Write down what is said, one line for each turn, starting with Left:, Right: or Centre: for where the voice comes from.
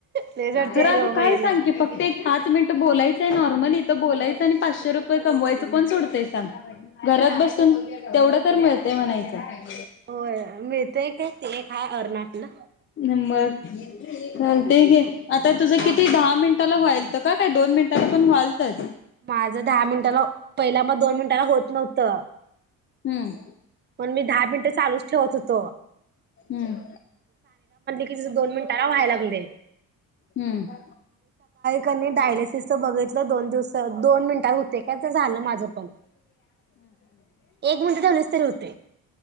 Right: लय झडते
Left: खर आगं
Right: ग
Left: काय
Right: बाईला
Left: सांग की फक्त एक पाच मिनटं बोलायचंय नॉर्मली तर बोलायचं आणि पाचशे रुपये कमवायचं पण कोण सोडतंय सांग घरात बसून तेवढं तर मिळ म्हणायचं <inaudible>
Right: होय मिळतय काय ते एक हाय अर्नातलं
Left: न मग चालतय की आता तुझं
Right: हा
Left: किती दहा मिनिट ला व्हायलंत काय दोन मिनटाला पण व्हालंतच
Right: माझ दहा मिनिटाला पहिला मग दोन मिनिटाला होत नव्हतं
Left: हम्म
Right: पण मी दहा मिनिटं चालूच ठेवत होतो
Left: हम्
Right: कि तिज दोन मिनिटाला व्हायला लागलेय
Left: ह
Right: कणी डायलिसिसच बघितलं दोन दिवस दोन मिनिटात होते काय तर झालं माझं पण एक मिनिट ठेवलीच तरी होते